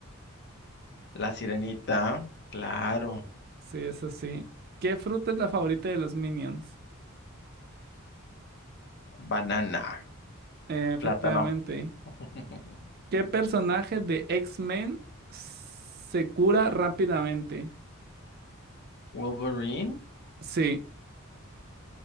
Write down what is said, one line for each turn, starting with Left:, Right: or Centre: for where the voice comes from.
Left: La sirenita, claro.
Right: Sí, eso sí. ¿Qué fruta es la favorita de los Minions?
Left: Banana,
Right: Eh, efectivamente.
Left: plátano. <laughs>
Right: ¿Qué personaje de X-Men se cura rápidamente?
Left: Wolverine,
Right: Sí,